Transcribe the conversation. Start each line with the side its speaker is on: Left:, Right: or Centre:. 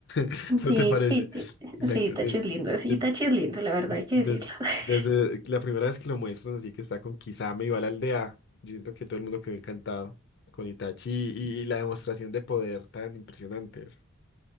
Left: <laughs>
Right: Sí,
Left: ¿No te parece?
Right: sí, te-
Left: Exacto.
Right: sí, Tachi
Left: des-
Right: es lindo, sí,
Left: des-
Right: Tachi es lindo, la verdad
Left: De-
Right: hay que
Left: des-
Right: decirlo. <laughs>
Left: Desde, la primera vez que lo muestran, así que está con Kisame y va a la aldea, yo siento que todo el mundo quedó encantado con Itachi y, y la demostración de poder tan impresionante. esa.